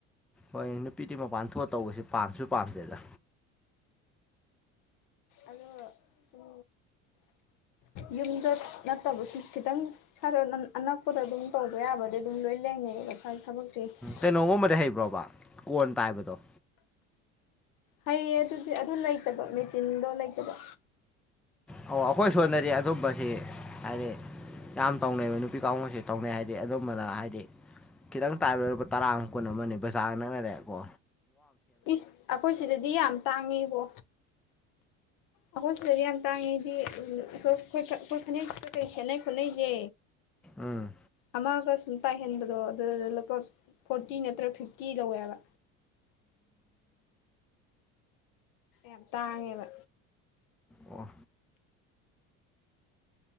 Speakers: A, in the centre; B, on the left.
A: ꯍꯣꯏ ꯅꯨꯄꯤꯗꯤ ꯃꯄꯥꯟ ꯊꯣꯛꯑ ꯇꯧꯕꯁꯦ ꯄꯥꯝꯁꯨ ꯄꯥꯝꯖꯦꯗ
B: ꯑꯗꯣ ꯁꯨꯝ ꯌꯨꯝꯗ ꯅꯠꯇꯕꯁꯨ ꯈꯤꯇꯪ ꯈꯔ ꯑꯅꯛꯄꯗ ꯑꯗꯨꯝ ꯇꯧꯕ ꯌꯥꯕꯗꯤ ꯑꯗꯨꯝ ꯂꯣꯏ ꯂꯩꯅꯩꯕ ꯈꯔ ꯊꯕꯛ <unintelligible>
A: ꯀꯩꯅꯣꯒꯨꯝꯕꯗꯤ ꯍꯩꯕ꯭ꯔꯣꯕ ꯀꯣꯟ ꯇꯥꯏꯕꯗꯣ
B: ꯍꯩꯌꯦ ꯑꯗꯨꯗꯤ ꯑꯗꯨ ꯂꯩꯇꯕ ꯃꯦꯆꯤꯟꯗꯣ ꯂꯩꯇꯕ
A: ꯑꯣ ꯑꯩꯈꯣꯏ ꯁꯣꯟꯅꯔꯤ ꯑꯗꯨꯝꯕꯁꯤ ꯍꯥꯏꯗꯤ ꯌꯥꯝ ꯇꯧꯅꯩꯑꯕ ꯅꯨꯄꯤ ꯀꯥꯡꯕꯨꯁ ꯇꯧꯅꯩ ꯍꯥꯏꯗꯤ ꯑꯗꯨꯝꯕꯅ ꯍꯥꯏꯗꯤ ꯈꯤꯇꯪ ꯇꯥꯏꯕ ꯂꯩ ꯂꯨꯄꯥ ꯇꯔꯥꯃ ꯀꯨꯟ ꯑꯃꯅꯤ ꯕꯖꯥꯔꯒ ꯅꯛꯅꯔꯦꯑꯦꯀꯣ
B: ꯏꯁ ꯑꯩꯈꯣꯏ ꯁꯤꯗꯗꯤ ꯌꯥꯝ ꯇꯥꯡꯉꯦꯕꯣ ꯑꯩꯈꯣꯏ ꯁꯤꯗꯗꯤ ꯌꯥꯝ ꯇꯥꯡꯉꯤꯗꯤ ꯑꯩꯈꯣꯏ ꯐꯅꯦꯛꯁꯤ ꯀꯩ ꯁꯦꯠꯅꯩ ꯈꯣꯠꯅꯩꯁꯦ
A: ꯎꯝ
B: ꯑꯃꯥꯀꯁ ꯁꯨꯝ ꯇꯥꯏꯍꯟꯕꯗꯣ ꯑꯗꯨꯗꯨꯗ ꯂꯨꯄꯥ ꯐꯣꯔꯇꯤ ꯅꯠꯇ꯭ꯔꯒ ꯐꯤꯐꯇꯤ ꯂꯧꯋꯦꯕ ꯑ ꯇꯥꯉꯦꯕ
A: ꯋꯥ